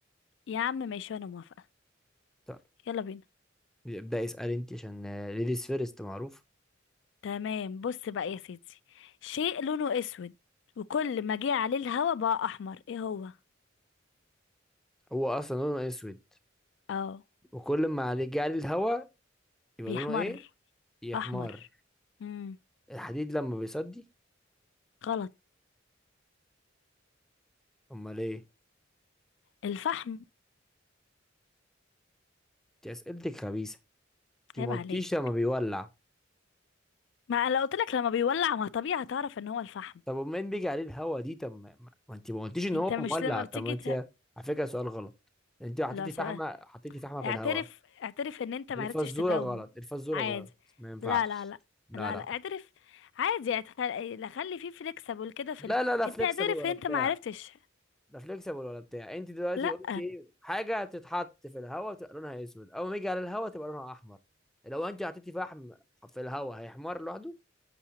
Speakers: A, on the left; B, in the centre.
A: يا عم ماشي انا موافقة
B: طب
A: يلا بينا
B: ابدأي اسألي أنت عشان ليديز فيرست معروف
A: تمام بص بقى يا سيدي شيء لونه اسود وكل ما جه عليه الهوا بقى احمر ايه هو
B: هو اصلا لونه اسود
A: اه
B: وكل ما عليه جعل الهواء يبقى
A: بيحمر
B: لونه ايه يا
A: احمر
B: حمار
A: امم
B: الحديد لما بيصدي
A: غلط
B: امال ايه
A: الفحم
B: دي اسئلتك خبيثه انت
A: عيب
B: ما قلتيش
A: عليك
B: لما بيولع
A: ما أنا لو قلت لك لما بيولع ما طبيعي هتعرف ان هو الفحم
B: طب امال بيجي عليه الهواء دي طب ما ما- ما انت ما قلتيش ان
A: انت
B: هو
A: مش
B: مولع
A: لما بتيجي
B: طب ما انت
A: ت...
B: على فكره سؤال غلط انت حطيتي
A: لا سؤال
B: فحمه حطيتي فحمه في
A: اعترف
B: الهواء
A: اعترف ان انت معرفتش
B: الفزوره
A: تجاوب
B: غلط الفزوره
A: عادي
B: غلط ما ينفعش
A: لا لا لا
B: لا
A: لا
B: لا
A: لا اعترف عادي اعتخل... لا خلي فيه فليكسبل كده في
B: لا
A: ال...
B: لا لا
A: انت
B: فليكسبل
A: اعترف
B: ولا
A: ان انت
B: بتاع
A: معرفتش
B: لا فليكسبل ولا بتاع انت دلوقتي
A: لا
B: قلت ايه حاجه تتحط في الهواء تبقى لونها اسود اول ما يجي على الهواء تبقى لونها احمر لو انت حطيتي فحم في الهواء هيحمر لوحده